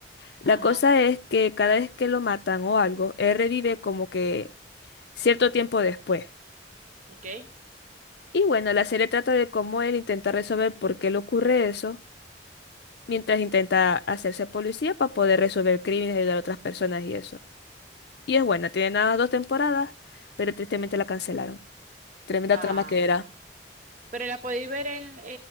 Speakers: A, on the left; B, on the right.
A: La
B: ajá,
A: cosa es que cada vez que lo matan o algo, él revive como que cierto tiempo después.
B: okay,
A: Y bueno, la serie trata de cómo él intenta resolver por qué le ocurre eso, mientras intenta hacerse policía para poder resolver crímenes y ayudar a otras personas y eso. Y es buena, tiene nada más dos temporadas, pero tristemente la cancelaron. Tremenda
B: Ah,
A: trama que era.
B: pero la podéis ver en,